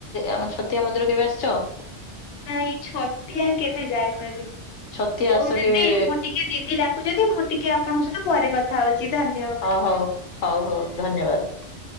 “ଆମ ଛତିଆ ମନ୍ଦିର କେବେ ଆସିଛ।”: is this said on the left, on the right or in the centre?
Left